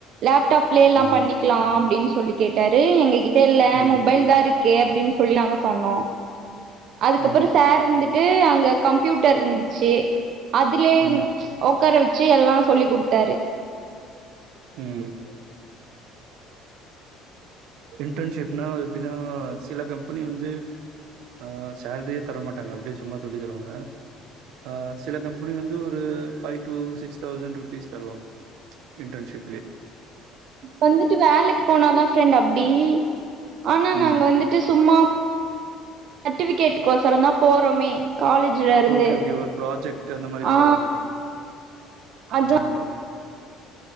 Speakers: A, on the right (about 45°); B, on the right (about 70°).
A: லேப்டாப்லயே ல்லா
B: ம்
A: பண்ணிக்கலா அப்டின்னு சொ சொல்லி கேட்டாரு எங்க இது இல்ல
B: ம்
A: மொபைல் தாருக் கே அப்டின் சொல்லி நாங்க சொன்னோ அதுக்கப்புறொ
B: ம்
A: சார்ருந்துட்டு ட்டு அங்க கம்ப்யூட்டர் இருந்துச்சு அதுலே
B: ம்
A: ஒக்கார வச் ச்சு எல்லா சொல்லி கொடுத்தாரு
B: ம் இன்டர்ன்ஷிப்னா எப்டினா சில கம்பெனி வந்து ஆ சேலரியே தரமாட்டாங்க அப்டியே சும்மா சொல்லி தருவாங்க ஆ சில கம்பெனி வந்து ஒரு five to six thousand rupees தருவாங்க இன்டர்ன்ஷிப்லே
A: வந்துட்டு வேலைக்கு போனாதா ஃப்ரெண்ட் அப்டி ஆனா
B: ம்
A: நாங்க வந்துட்டு சும்மா சட்ஃபிகேட் கோசரோ தா போறோமே காலேஜ்லருந்து
B: ஓகே ஓகே ஒரு ப்ராஜெக்ட் அந்த மாரி
A: ஆ
B: தருவாங்க
A: அதா
B: ம்